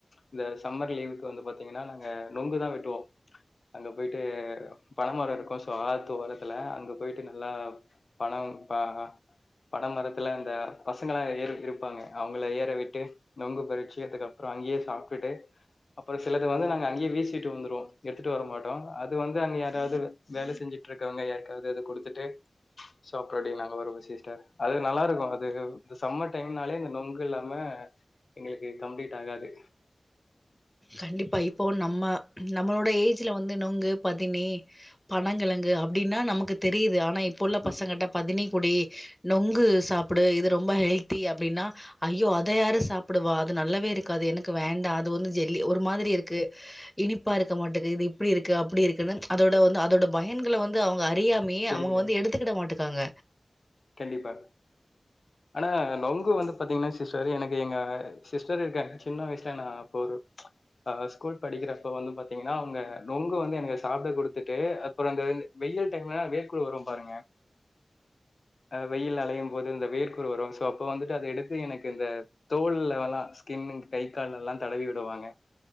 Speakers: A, on the left; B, in the centre.
A: இந்த சம்மர் லீவுக்கு வந்து பாத்தீங்கனா நாங்க நொங்குதா வெட்டுவோம் அங்க பொயிட்டு பனமரோ இருக்கு சோ ஆத்து ஓரத்துல அங்க பொயிட்டு நல்லா பணமு பாகா பன மரத்துல இந்த பசங்களா ஏறி இருப்பாங்க அவுங்கள ஏற விட்டு நொங்கு பறிச்சு அதுக்கப்பறோ அங்கேயே சாப்டுட்டு அப்பறோ சிலது வந்து நாங்க அங்கேயே வீசிட்டு வந்துருவோ எடுத்துட்டு வர மாட்டோ அது வந்து அங்க யாராவது வேலை செஞ்சுட்டு இருக்கவங்க யாருக்காவது அத குடுத்துட்டு சோக்கா அப்டி நாங்க வருவோ சிஸ்டர் அது நல்லா இருக்கு அது இந்த சம்மர் டைம்னாலே இந்த நொங்கு இல்லாம எங்களுக்கு கம்ப்ளீட் ஆகாது
B: கண்டிப்பா இப்போ நம்ம நம்மளோட ஏஜ்ல வந்து நொங்கு பதினி பனங்கிழங்கு அப்டின்னா நமக்கு தெரியுது ஆனா இப்ப உள்ள பசங்கிட்ட
A: ம்
B: பதினி குடி நொங்கு சாப்புடு இது ரொம்ப ஹெல்தி அப்டின்னா ஐயோ அதை யாரு சாப்புடுவா அது நல்லாவே இருக்காது எனக்கு வேண்டா அது வந்து ஜெல்லி ஒரு மாதிரி இருக்கு இனிப்பா இருக்க மாட்டுது இது இப்டி இருக்கு அப்டி இருக்குன்னு அதோட வந்து அதோட பயன்கள வந்து ந்து அவுங்க அறியாமேயே
A: தெரியல
B: அவுங்க வந்து எடுத்துக்கிட மாட்டுக்காங்க
A: கண்டிப்பா ஆனா நொங்கு வந்து பாத்தீங்கன்னா சிஸ்டர் எனக்கு எங்க சிஸ்டர் இருக்காங்க சின்ன வயசுல நா போற அ ஸ்கூல் படிக்கிறப்ப வந்து பாத்தீங்கன்னா அவுங்க நொங்கு வந்து எனக்கு சாப்ட குடுத்துட்டு அப்பறோ இந்த இந் வெயில் டைம்லனா வேர்க்குரு வரும்ன பாருங்க அ வெயில்ல அலையும் போது இந்த வேர்க்குரு வரும் சோ அப்ப வந்துட்டு அத எடுத்து எனக்கு இந்த தோள்ல எல்லா ஸ்கின் கை கால்ல எல்லா தடவி விடுவாங்க